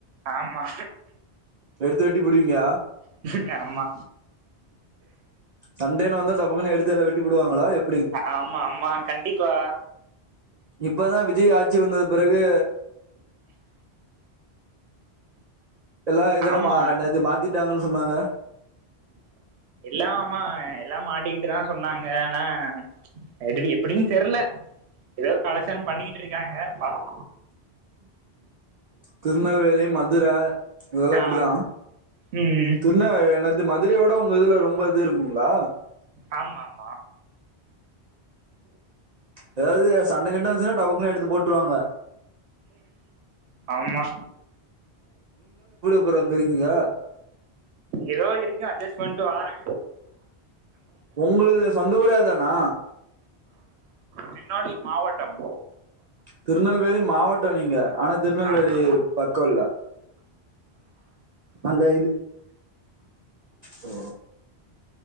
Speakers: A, on the right; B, on the right.
A: ஆமா
B: எடுத்து வெட்டிபுடுவீங்க
A: நேமா
B: சண்டேனு வந்தா டபக்குனு எடுத்து எல்லா வெட்டிபுடுவாங்களா எப்
A: ஆம் ஆமா கண்டிப்பா
B: இப்பதா விஜய் ஆச்சி வந்தது பெறகு எல்லா இதல்லா
A: ஆமா
B: மா என்னது மாத்திட்டாங்கன்னு சொன்னாங்க
A: எல்லா அமா எல்லா மாட்டிக்கிட்டுதா சொன்னாங்க அனா எடுவி எப்புடின் தெர்ல எதோ கலக்ஷன் பண்ணிகிட் இருக்காங்க பாப்போ
B: திருநெல்வேலி மதுர இதல்லா இப்புடுதா
A: ஆ, ம்
B: திருநவெ என்னது மதுரயோட உங்க இதுல ரொம்ப இது இருக்குங்ளா
A: ஆம் ஆமா
B: ஏதாவ்து சண்ட கிண்ட வந்ச்சுன்னா டபக்குனு எடுத்து போட்டுருவாங்க
A: ஆம்மா
B: எப்புற அங்க இருக்கீங்க
A: எதோ இருக்கே அட்ஜஸ்பண்டு வாரே
B: ஒங்ளுக்து சொந்த ஊரே அதானா
A: திருநெல்வேலி மாவட்டம்
B: திருநெல்வேலி மாவட்ட நீங்க ஆனா திருநெல்வேலி
A: ஆமா
B: பக்கல்ல அந்த இது ஓ